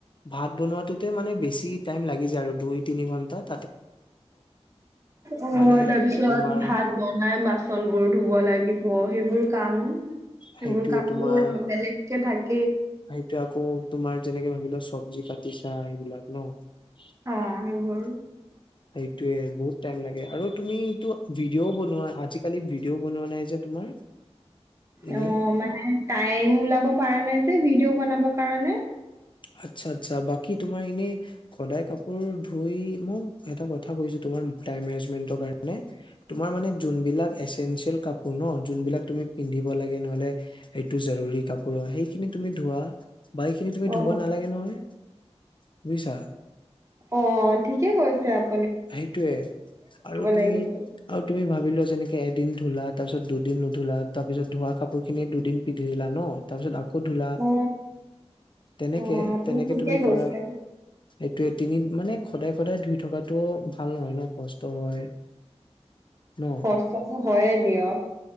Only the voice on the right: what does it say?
অ
তাৰপিছত
ভাত বনাই বাচনবোৰ ধুব লাগিব ব সেইবোৰ কাম সেইবোৰ
কামতটো
বেলেগ কে থাক
অ', সেইবোৰ।
অ মানে টাইম ওলাব পৰা নাই যে ভিডিঅ' বনাবৰ কাৰণে
অ
অ ঠিক কি কৈছা আপ
লাগিব
অ
অ আপুনি
ঠিকে
কৈছে
কষ্টটো হয়ে দিয়ক।